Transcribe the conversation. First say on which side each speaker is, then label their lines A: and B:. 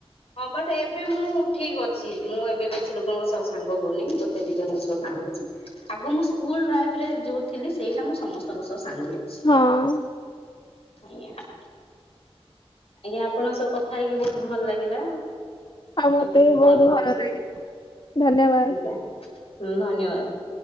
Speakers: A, on the left; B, on the left.
A: ହଁ ବଟ୍ ଏବେ ମୁଁ ଠିକ ଅଛି, ମୁଁ ଏବେ ବେଶୀ ଲୋକଙ୍କ ସହ ସାଙ୍ଗ ହଉନି ଗୋଟେ ଦି ଜଣଙ୍କ ସହ ସାଙ୍ଗ ହଉଛି। ଆଗ ମୁଁ ସ୍କୁଲ ଲାଇଫ ରେ ଯୋଉ ଥିଲି ସେଇଟା ମୁଁ ସମସ୍ତଙ୍କ ସହ ସାଙ୍ଗ ହୁଏ।
B: ହଁ।
A: ଆଜ୍ଞା। ଆଜ୍ଞା ଆପଣଙ୍କ ସହ କଥା ହେଇକି ବହୁତ ଭଲ ଲାଗିଲା।
B: ମତେ
A: ଆଉ କେବେ
B: ବି
A: କଲ
B: ବହୁତ
A: କରନ୍ତୁ
B: ଭଲ ଲାଗେ। ଧନ୍ୟବାଦ।
A: ହୁଁ ଧନ୍ୟବାଦ।